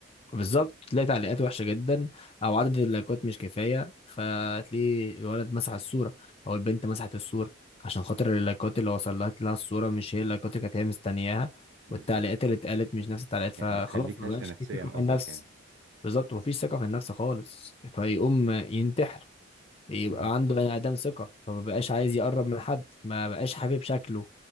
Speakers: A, on the left (about 30°); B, on the right (about 75°).
A: بالظبط تلاقي تعليقات وحشه جدا او عدد اللايكات مش كفايه فتلاقي الولد مسح الصوره او البنت مسحت الصوره عشان خاطر اللايكات اللي وصلت لها الصوره مش هي اللايكات اللي كانت هي مستنياها
B: بالظبط
A: والتعليقات اللي اتقالت مش نفس التعليقات
B: يعني
A: فخلاص
B: بتخليك
A: ما
B: هشه
A: بقاش
B: نفسيا
A: في ثقه في
B: قصدك
A: النفس
B: يعني
A: بالظبط مفيش ثقة في النفس خالص فيقوم ينتحر يبقى
B: مهم.
A: عنده بني آدم ثقة فما بقاش عايز يقرب من حد ما بقاش حابب شكله